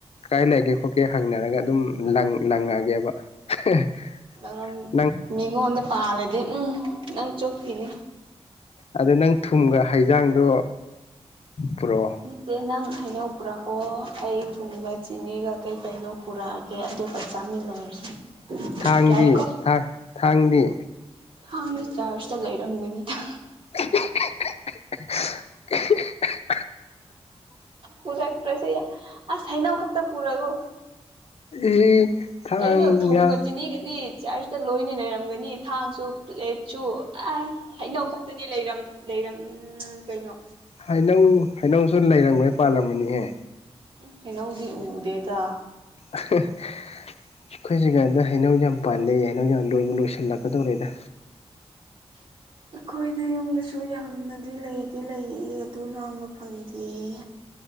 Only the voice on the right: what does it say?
ꯅꯪ ꯃꯤꯉꯣꯟꯗ ꯄꯥꯜꯂꯗꯤ ꯎꯝ ꯅꯪ ꯆꯣꯞꯈꯤꯅꯤ
ꯅꯠꯇꯦ ꯅꯪ ꯍꯩꯅꯧ ꯄꯨꯔꯛꯑꯣ ꯑꯩ ꯊꯨꯝꯒ ꯆꯤꯅꯤꯒ ꯀꯩꯀꯩꯅꯣ ꯄꯨꯔꯛꯑꯒꯦ ꯑꯗꯨꯒ ꯆꯥꯃꯤꯟꯅꯔꯁꯤ
ꯌꯥꯏꯀꯣ
ꯊꯥꯡꯗꯤ ꯆꯥꯔꯖꯇ ꯂꯩꯔꯝꯒꯅꯤꯗ
ꯄꯨꯔꯛꯇ꯭ꯔꯁꯨ ꯌꯥ ꯑꯁ ꯍꯩꯅꯧ ꯈꯛꯇ ꯄꯨꯔꯛꯎ
ꯀꯩꯅꯣ ꯊꯨꯝꯒ
ꯆꯤꯅꯤꯒꯗꯤ ꯆꯥꯔꯆ ꯇ ꯂꯣꯏꯅ ꯂꯩꯔꯝꯒꯅꯤ ꯊꯥꯡꯁꯨ ꯄ꯭ꯂꯦꯠꯁꯨ ꯑꯁ ꯍꯩꯅꯧ ꯈꯛꯇꯅꯤ ꯂꯩꯔꯝ ꯂꯩꯔꯝ ꯎꯝ ꯀꯩꯅꯣ
ꯍꯩꯅꯧꯗꯤ ꯎꯗꯦꯗ
<inaudible> ꯑꯩꯈꯣꯏꯗ ꯌꯨꯝꯗꯁꯨ ꯌꯥꯝꯅꯗꯤ ꯂꯩꯗꯤ ꯂꯩꯌꯦ ꯑꯗꯨ ꯂꯥꯝꯕ ꯐꯪꯗꯤꯌꯦ